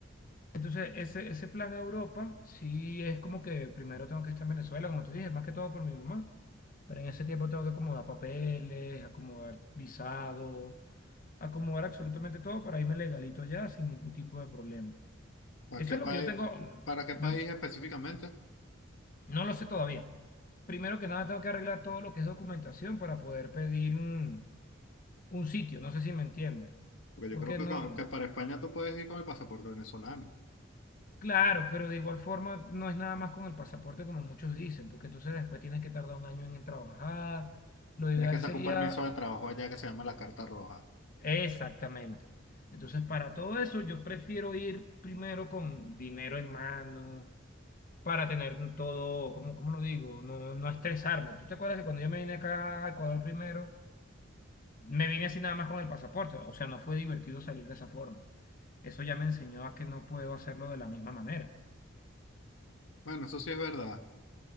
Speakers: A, on the left; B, on the left.
A: Entonces, ese, ese plan a Europa, sí es como que primero tengo que estar en Venezuela, como te dije, más que todo por mi mamá. Pero en ese tiempo tengo que acomodar papeles, acomodar visado, acomodar absolutamente todo para irme legalito allá sin ningún tipo de problema.
B: ¿Para
A: Eso
B: qué
A: es
B: país,
A: lo que yo tengo,
B: para qué
A: no,
B: país específicamente?
A: no lo sé todavía. Primero que nada, tengo que arreglar todo lo que es documentación para poder pedir un, un sitio, no sé si me entiendes.
B: Porque
A: Porque
B: yo creo que,
A: no.
B: con- que para España tú puedes ir con el pasaporte venezolano.
A: Claro, pero de igual forma no es nada más con el pasaporte como muchos dicen, porque entonces después tienes que tardar un año en trabajar. Lo
B: Tienes
A: ideal
B: que sacar
A: sería
B: un permiso de trabajo allá que se llama la Carta Roja.
A: exactamente. Entonces, para todo eso, yo prefiero ir primero con dinero en mano, para tener todo, ¿cómo, cómo lo digo? No, no estresarme. ¿Tú te acuerdas que cuando yo me vine acá a Ecuador primero, me vine así nada más con el pasaporte? O sea, no fue divertido salir de esa forma. Eso ya me enseñó a que no puedo hacerlo de la misma manera.
B: Bueno, eso sí es verdad.